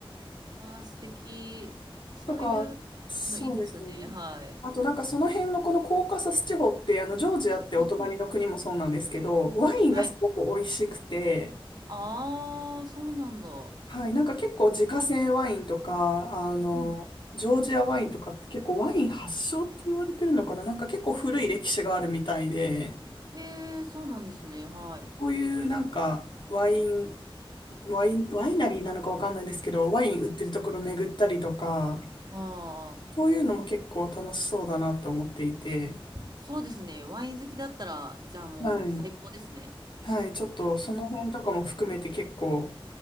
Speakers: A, on the right; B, on the left.
A: あー、素敵。そういう
B: とか、そうですね。
A: のいいですね。はい。
B: あとなんかその辺のこのコーカサス地方って、あの、ジョージアってお隣の国もそうなんですけど、
A: うんうん。
B: ワインがすごく美味しくて、
A: はい。ああ、そうなんだ。
B: はい、なんか結構自家製ワインとか、あの、
A: うん。
B: ジョージアワインとかって結構ワイン発祥って言われてるのかななんか結構古い歴史があるみたいで、
A: へえ、そうなんですね。はい。
B: こういうなんかワイン、ワイン、ワイナリーなのかわかんないんですけど、ワイン売ってるところ巡ったりとか、
A: ああ、
B: そういうのも結構楽しそうだなと思っていて、
A: そうですね。ワイン好きだったら、じゃあもう最高ですね。
B: はい。はい、ちょっとその辺とかも含めて結構、